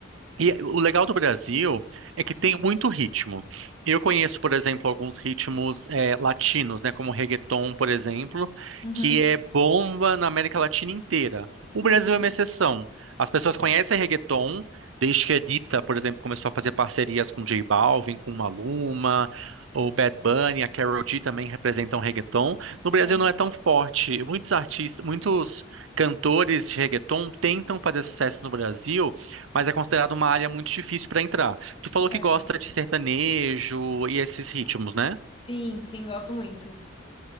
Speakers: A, on the right (about 80°); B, on the left (about 30°).
A: E o legal do Brasil é que tem muito ritmo. Eu conheço, por exemplo, alguns ritmos eh, latinos, né, como reggaeton, por exemplo,
B: Uhum.
A: que é bomba na América Latina inteira. O
B: Uhum.
A: Brasil é uma exceção. As pessoas conhecem reggaeton desde que a Anitta, por exemplo, começou a fazer parcerias com J Balvin, com Maluma, o Bad Bunny, a Karol G também representam reggaeton. No Brasil
B: Aham.
A: não é tão forte. Muitos artistas, muitos cantores de reggaeton tentam fazer sucesso no Brasil mas é considerado uma área muito difícil para entrar. Tu falou
B: É.
A: que gosta de sertanejo e esses ritmos, né?
B: Sim, sim, gosto muito.